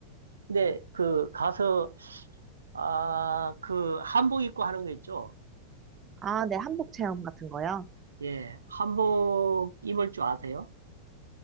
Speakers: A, on the right; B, on the right.
A: 근데 그 가서 아, 그 한복 입고 하는 거 있죠?
B: 아, 네. 한복 체험 같은 거요?
A: 예, 한복 입을 줄 아세요?